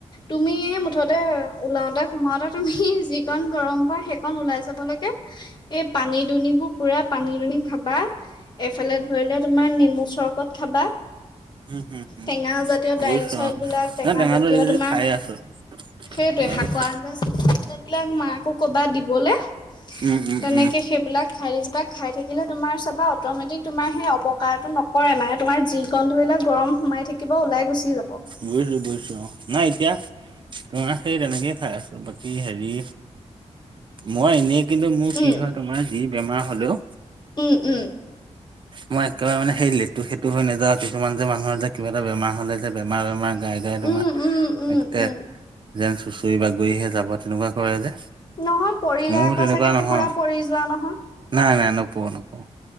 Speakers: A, on the left (about 35°); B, on the right (about 40°).
A: তুমি মুঠতে ওলাওতে সোমাওতে তুমি যিকণ গৰম পোৱা, সেইকণ ওলাই যাব লাগে, এই পানী দুনিবোৰ পুৰা পানী দুনি খাবা। এফালে ধৰিলোৱা তোমাৰ নেমু চৰপত খাবা।
B: উম হুম হুম
A: টেঙাজাতীয়
B: বুজিছোঁ
A: দাইল চাইলবিলাক
B: অ
A: টেঙাজাতীয়
B: নাই টেঙাটো এই
A: তোমাৰ।
B: খাই আছোঁ
A: সেইটোৱে
B: টেঙাটো
A: শাকোৱ
B: খা
A: যে <unintelligible> মাক <unintelligible>
B: উম উম
A: তেনেকে
B: উম
A: সেইবিলাক খাইযাবা খাই থাকিলে তোমাৰ। তাৰপা অট'মেটিক তোমাৰ সেই অপকাৰটো নকৰে। নকৰে, মানে তোমাৰ যিকণ ধৰি লোৱা গৰম সোমাই থাকিব ওলাই গুচি যাব।
B: বুজিছো, বুজিছো, অ' নাই এতিয়া তোমাৰ। সেই তেনেকেই খাই আছোঁ বাকী হেৰি মই এনেই। কিন্তু মোৰ
A: উম
B: কি হয় তোমাৰ যি বেমাৰ হ'লেও।
A: উম, উম,
B: মই একেবাৰে মানে সেই লেতু সেতু হৈ নাযাওঁ। কিছুমান যে মানুহৰ যে কিবা এটা বেমাৰ হ'লে যে বেমাৰ বেমাৰ গাই গাই তোমাৰ
A: উম, উম, উম,
B: একে
A: উম,
B: যেন চুচৰি বাগৰিহে যাব তেনেকুৱা কৰে যে।
A: নহয় পৰিলে
B: মোৰ
A: আকৌ
B: তেনেকুৱা
A: চাগে
B: নহয়
A: পোৰা পৰি যোৱা নহয়।
B: নাই নাই নপৰো নপৰো।